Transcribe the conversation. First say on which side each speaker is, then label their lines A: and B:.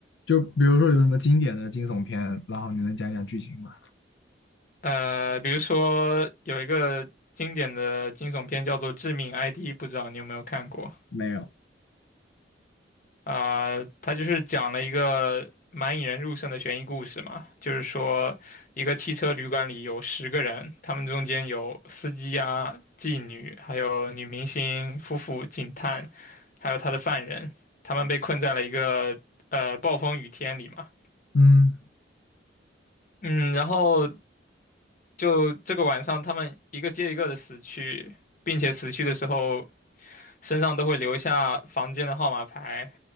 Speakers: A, on the left (about 80°); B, on the left (about 45°).
A: 就比如说有什么经典的惊悚片，然后你能讲讲剧情吗？
B: 呃，比如说有一个经典的惊悚片叫做《致命 ID》，不知道你有没有看过？
A: 没有。
B: 啊、它就是讲了一个蛮引人入胜的悬疑故事嘛，就是说一个汽车旅馆里有十个人，他们中间有司机啊、妓女，还有女明星、夫妇、警探，还有他的犯人，他们被困在了一个呃暴风雨天里嘛。
A: 嗯，
B: 嗯，然后就这个晚上，他们一个接一个的死去，并且死去的时候身上都会留下房间的号码牌，